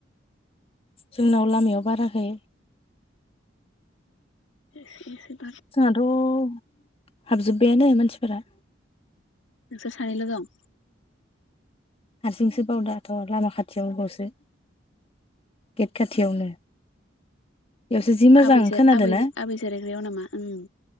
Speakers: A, on the left; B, on the left.
A: जोंनाव लामायाव बाराखै।
B: <unintelligible>
A: जोंहथ' हाबजोब्बायानो मानसिफोरा।
B: द सानैल दं।
A: हारसिंसो बाव दाथ' लामा खाथियावनो बावसो। गेट खाथियावनो। बेयावसो जि मोजां
B: आबैजो
A: खोनादोंा
B: आबै आबै जिरायग्रायाव नामा ओं